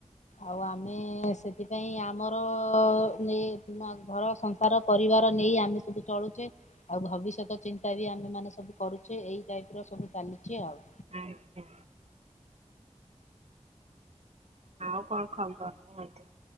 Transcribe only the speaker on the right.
ହଁ <inaudible> ଆଉ କଣ ଖବର କୁହନ୍ତୁ?